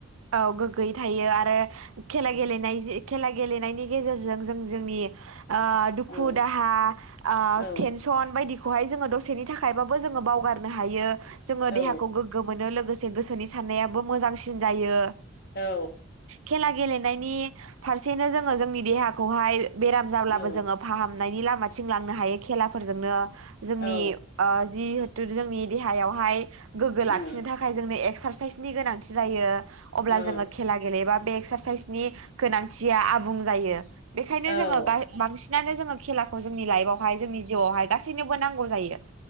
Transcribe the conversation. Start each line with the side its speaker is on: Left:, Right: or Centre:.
Right: औ गोग्गोयै थायो आरो खेला गेलेनाय जि खेला गेलेनायनि गेजेरजों जों जोंनि ओ दुखु
Left: ओ
Right: दाहा ओ
Left: औ
Right: थेनसन बायदि खौहाय जोङो दसेनि थाखायबाबो जोङो बावगारनो हायो। जोङो
Left: औ
Right: देहाखौ गोग्गो मोनो लोगो लोगोसे गोसोनि साननाया बो मोजांसिन जायो।
Left: औ
Right: खेला गेलेनायनि फारसेनो जोङो जोंनि देहाखौहाय बेराम जाब्लाबो
Left: औ
Right: जोङो फाहामनायनि लामाथिं लांनो हायो। खेलाफोरजोंनो जोंनि
Left: औ
Right: ओ जि <unintelligible> जोंनि देहायावहाय गोग्गो लाखिनो
Left: औ
Right: थाखाय जोंनो एक एकसारसाइस नि गोनांथि जायो। अब्ला
Left: औ
Right: जोङो खेला गेलेबा बे एक्सारसाइसनि गोनांथिया आबुं जायो। बेखायनो
Left: औ
Right: जोङो गाय बांसिनानो जोङो खेलाखौ जोंनि लाइबआव हाय जोंनि जिउआवहाय गासैनोबो नांगौ जायो।